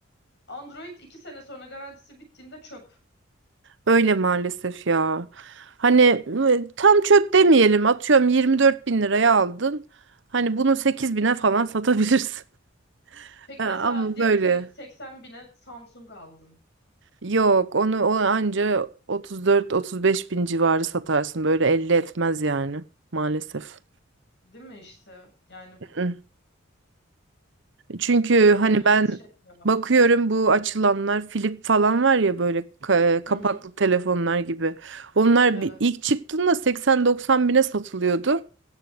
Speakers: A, on the left (about 55°); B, on the right (about 60°).
A: Android 2 sene sonra garantisi bittiğinde çöp.
B: Öyle maalesef ya. Hani e, tam çöp demeyelim. Atıyorum 24 bin liraya aldın. Hani bunu sekiz bine falan satabilirsin. <laughs>
A: Peki
B: Ha,
A: mesela
B: Ama
A: diyelim
B: böyle.
A: ki 80 bine Samsung aldın.
B: Yok onu, onu anca 34-35 bin civarı satarsın. Böyle 50 etmez yani maalesef.
A: Değil mi işte? Yani bu-
B: Mm. Çünkü
A: o
B: hani
A: biraz
B: ben
A: şey ya.
B: bakıyorum bu açılanlar Flip falan var ya böyle ka- kapaklı
A: Hı hı.
B: telefonlar gibi. Onlar
A: Evet.
B: bir, ilk çıktığında 80-90 bine satılıyordu.